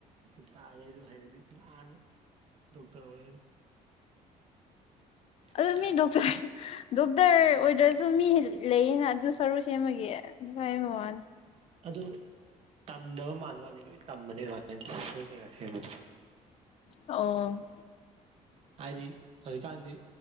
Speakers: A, on the right; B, on the left.
A: ꯀꯗꯥꯢꯗꯩ ꯑꯗꯨ ꯍꯩꯔꯗꯤ ꯅꯍꯥꯟꯅ ꯗꯣꯛꯇꯔ ꯑꯣꯏꯔꯅꯤ <inaudible>
B: ꯑꯗꯨ ꯃꯤ ꯗꯣꯛꯇꯔ ꯗꯣꯛꯇꯔ ꯑꯣꯏꯗ꯭ꯔꯁꯨ ꯃꯤ ꯂꯩꯌꯦꯅ ꯑꯗꯨ ꯁꯔꯨ ꯁꯦꯝꯕꯒꯤ ꯑꯗꯨ ꯍꯥꯌꯕꯅꯤ ꯕꯋꯥꯅꯦ
A: ꯑꯗꯨ ꯇꯝꯗꯕ ꯃꯥꯟꯕ꯭ꯋꯥꯅꯤ ꯂꯣꯏ ꯇꯝꯕꯅꯤ ꯑꯗꯨꯃꯥꯏꯅ ꯁꯦꯝꯕꯗꯣ
B: ꯑꯣ
A: ꯍꯥꯏꯗꯤ ꯍꯧꯖꯤꯀꯥꯟꯗꯤ